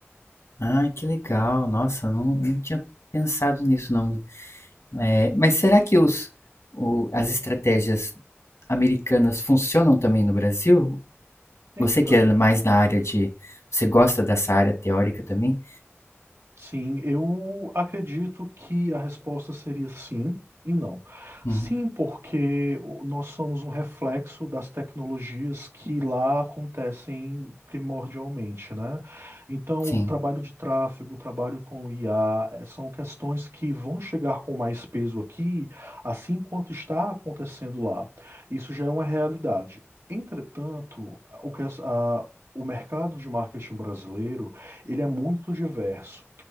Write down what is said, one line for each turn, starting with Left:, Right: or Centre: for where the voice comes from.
Left: Ah, que legal. Nossa, eu não, não tinha pensado nisso, não. É, mas será que os, o- as estratégias americanas funcionam também no Brasil?
Right: Então,
Left: Você que é mais na área de. Você gosta dessa área teórica também?
Right: Sim, eu acredito que a resposta seria sim e não.
Left: Hum,
Right: Sim, porque o- nós somos um reflexo das tecnologias que lá acontecem primordialmente, né? Então,
Left: sim.
Right: o trabalho de tráfego, o trabalho com IA, eh, são questões que vão chegar com mais peso aqui, assim quanto está acontecendo lá. Isso já é uma realidade. Entretanto, o que as- a- o mercado de marketing brasileiro ele é muito diverso.